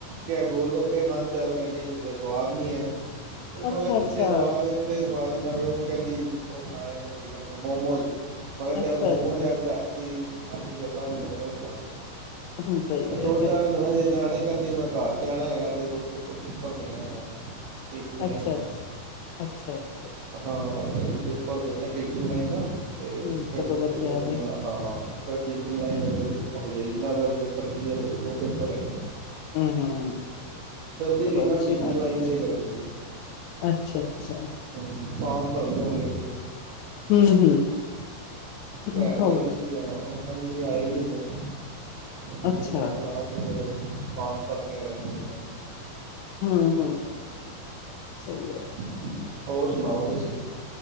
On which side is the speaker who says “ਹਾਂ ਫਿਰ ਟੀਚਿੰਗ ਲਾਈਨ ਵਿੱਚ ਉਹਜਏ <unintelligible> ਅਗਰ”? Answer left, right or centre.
Right